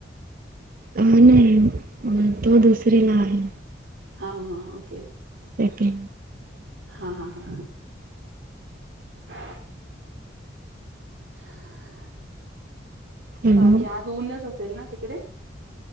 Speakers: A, on the right; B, on the right.
A: अ नाही तो दुसरीला आहे..
B: हा हा ओके..
A: त्या
B: हा हा हा ह.. ह..
A: हॅलो
B: बाकी आज ऊनच असेल ना तिकडे..